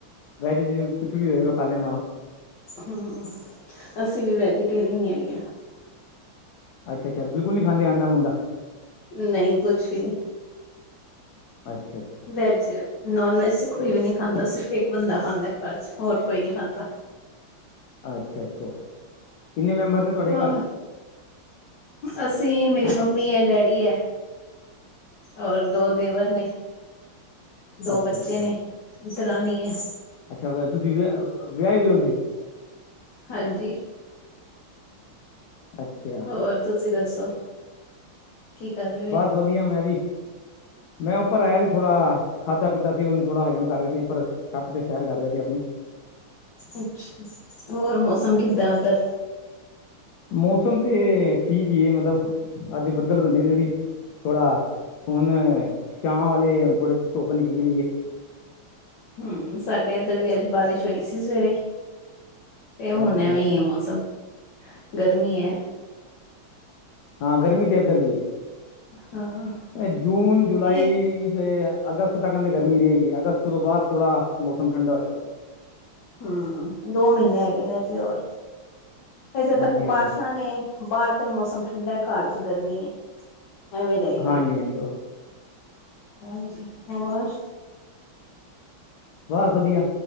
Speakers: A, on the left; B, on the left.
A: ਵੈਜ ਚ ਕੁਛ ਵੀ ਹੋਏ ਮੈਂ ਖਾ ਲੈਨਾ ਵਾਂ।
B: ਹੂੰ ਹੂੰ ਅਸੀਂ ਵੀ ਵੈਜੀਟੇਰੀਅਨ ਈ ਹੈਗੇ ਆ।
A: ਅੱਛਾ ਅੱਛਾ ਬਿਲਕੁਲ ਨੀ ਖਾਂਦੇ ਆਂਡਾ ਊਂਨਡਾ?
B: ਨਹੀਂ ਕੁਛ ਵੀ ਨਹੀਂ।
A: ਅੱਛਾ ਅੱਛਾ।
B: ਵੈਜ, ਨੋਨ ਵੈਜ ਤੇ ਕੋਈ ਵੀ ਨੀ ਖਾਂਦਾ ਸਿਰਫ ਇੱਕ ਬੰਦਾ ਖਾਂਦਾ ਘਰ ਚ ਹੋਰ ਕੋਈ ਨੀ ਖਾਂਦਾ।
A: ਅੱਛਾ ਅੱਛਾ ਕਿੰਨੇ ਮੈਂਬਰ ਨੇ ਤੁਹਾਡੇ
B: ਹਾਂ
A: ਘਰ ਚ?
B: ਅਸੀਂ ਮੇਰੀ ਮੰਮੀ ਐ ਡੈਡੀ ਐ ਔਰ ਦੋ ਦੇਵਰ ਨੇ, ਦੋ
A: ਅੱਛਾ
B: ਬੱਚੇ
A: ਅੱਛਾ
B: ਨੇ, ਦਰਾਣੀ ਏ।
A: ਅੱਛਾ ਤੁਸੀਂ ਵਿਆ ਵਿਆਹੇ ਦੇ ਹੋ ਤੁਸੀਂ?
B: ਹਾਂਜੀ।
A: ਅੱਛਾ।
B: ਹੋਰ ਤੁਸੀਂ ਦੱਸੋ? ਕੀ ਕਰਦੇ ਪਏ?
A: ਬਸ ਵਧੀਆ ਮੈਂ ਵੀ, ਮੈਂ ਉੱਪਰ ਆਇਆ ਸੀ ਥੋੜਾ ਖਾਂਦਾ ਪੀਤਾ ਸੀ, ਹੁਣ ਥੋੜ੍ਹਾ ਹਜ਼ਮ ਕਰ ਰਿਹਾ ਸੀ, ਉੱਪਰ ਛੱਤ ਤੇ ਸੈਰ ਕਰ ਰਿਹਾ ਸੀ ਆਪਣੀ।
B: ਅੱਛਾ ਹੋਰ ਮੌਸਮ ਕਿੱਦਾਂ ਉੱਧਰ?
A: ਮੌਸਮ ਤੇ ਠੀਕ ਹੀ ਏ, ਮਤਲਬ ਅੱਜ ਬੱਦਲ ਬਣੇ ਦੇ ਸੀ। ਥੋੜਾ ਹੁਣ ਸ਼ਾਮ ਵਾਲੇ ਥੋੜ੍ਹੀ ਧੁੱਪ ਨਿਕਲੀ ਹੋਈ ਏ।
B: ਹੂੰ ਸਾਡੇ ਇੱਧਰ ਵੀ ਅੱਜ ਬਾਰਿਸ਼ ਹੋਈ ਸੀ ਸਵੇਰੇ। ਤੇ ਹੁਣ
A: ਅੱਛਾ
B: ਐਵੇਂ ਈ ਐ ਮੌਸਮ ਗਰਮੀ ਐ।
A: ਹਾਂ ਗਰਮੀ ਤੇ ਇੱਧਰ ਵੀ ਏ।
B: ਹਾਂ।
A: ਐ ਜੂਨ ਜੁਲਾਈ
B: ਇਹ
A: ਅਤੇ ਅਗਸਤ ਤੱਕ ਕਹਿੰਦੇ ਗਰਮੀ ਰਹੇਗੀ, ਅਗਸਤ ਤੋਂ ਬਾਅਦ ਥੋੜ੍ਹਾ ਮੌਸਮ ਠੰਡਾ ਹੋਏਗਾ।
B: ਹੂ ਦੋ ਮਹੀਨੇ ਹੈਗੇ ਨੇ ਅਜੇ ਹੋਰ, ਫੇਰ ਜਦ
A: ਹਾਂਜੀ
B: ਤੱਕ
A: ਹਾਂਜੀ
B: ਬਾਰਿਸ਼ਾਂ ਨੇ ਬਾਹਰ ਤੇ ਮੌਸਮ ਠੰਡਾ ਐ, ਘਰ ਚ ਗਰਮੀ ਐ ਐਵੇਂ ਰਹੇਗਾ।
A: ਹਾਂਜੀ ਹਾਂਜੀ
B: ਹਾਂਜੀ ਹੋਰ
A: ਬ ਵਧੀਆ